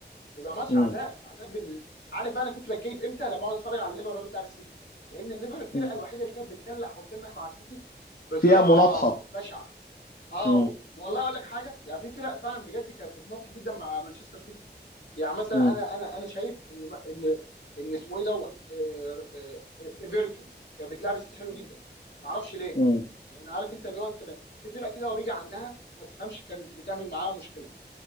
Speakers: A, on the left; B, on the left.
A: بيبقى ماتش
B: مم.
A: عذاب عذاب بالنسبه عارف بقى انا كنت بتكيف امتى لما اقعد اتفرج على الليفر وهو بتلعب السيتي لان الليفر الفرقه
B: مم.
A: الوحيده اللي كانت بتكلح وتنح مع السيتي بطريقه
B: فيها مناطحة
A: بشعه اه
B: مم.
A: والله اقول لك حاجه يعني في فرق فعلا بجد كانت بتناطح جدا مع مانشستر سيتي يعني مثلا
B: مم.
A: انا انا انا شايف ان ما- ان ان اسمه ايه دوت آه، آه، آه، ايفرتون كانت بتلعب السيتي حلو
B: مم.
A: جدا ما اعرفش ليه
B: مم.
A: يعني عارف انت اللي هو انت ما- في فرق كده وبيجي عندها ما تفهمش كانت بتعمل معاها مشكله